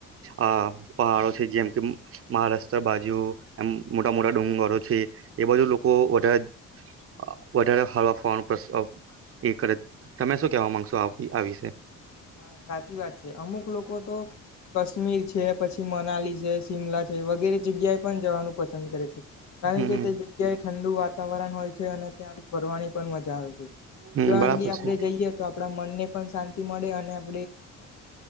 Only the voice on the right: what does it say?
આ પહાડો છે, જેમ કે મહારાષ્ટ્ર બાજુ એમ મોટા મોટા ડુંગરો છે, એ બાજુ લોકો વધારે વધારે હળવા ફવાનો પ્ર્ એ કરે, તમે શું કેવા માંગશો આ વિશે?
હમ
હમ
બરાબર
છે